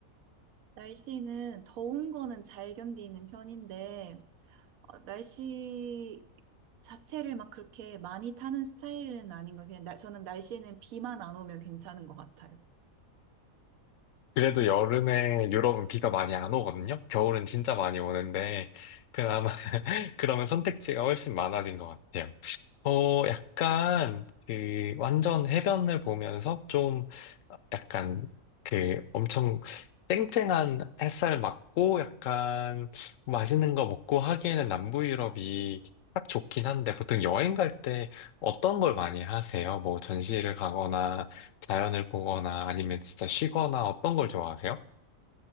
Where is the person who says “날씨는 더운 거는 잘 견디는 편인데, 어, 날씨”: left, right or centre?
Right